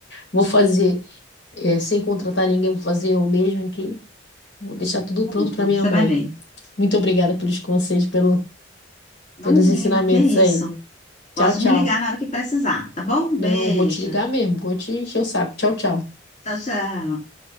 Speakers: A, on the left (about 60°); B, on the left (about 35°).
A: Vou fazer, é, sem contratar ninguém, vou fazer eu mesmo aqui. Vou deixar tudo
B: Pronto,
A: pronto para minha
B: você
A: mãe.
B: vai ver.
A: Muito obrigada pelos conselhos, pelo,
B: Imagina,
A: pelos ensinamentos
B: que isso.
A: aí.
B: Pode
A: Tchau, tchau.
B: me ligar na hora que precisar, tá bom?
A: Não,
B: Beijo.
A: vou te ligar mesmo, vou te encher o saco. Tchau, tchau.
B: Tchau, tchau.